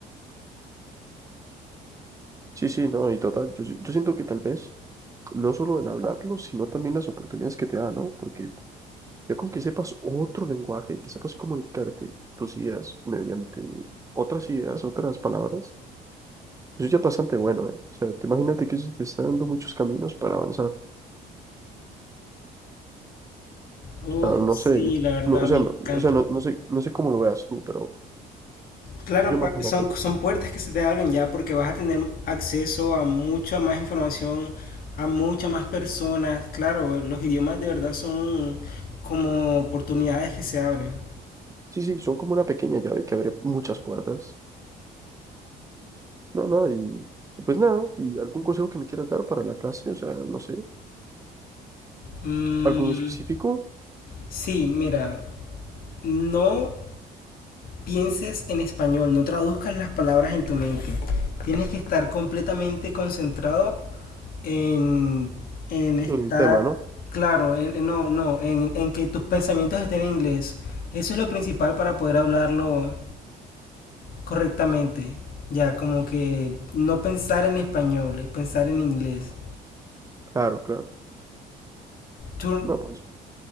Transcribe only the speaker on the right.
Sí, sí, no, y total, yo, si- yo siento que tal vez no solo el hablarlo, sino también las oportunidades que te da, ¿no? Porque Ya con que sepas otro lenguaje, que sepas comunicarte tus ideas mediante otras ideas, otras palabras, eso ya es bastante bueno, ¿eh? O sea, te imagínate que eso te está dando muchos caminos para avanzar. O
sea, no
sé,
no, o
sea, no,
o sea, no, no sé, no sé cómo lo veas tú, pero
yo imagínate.
¿no?
Sí, sí, son como una pequeña llave que abre muchas puertas. No, no, y, y pues nada, ¿y algún consejo que me quieras dar para la clase? O sea, no sé,
algún específico
en el tema, ¿no?
Claro, claro.
No, pues,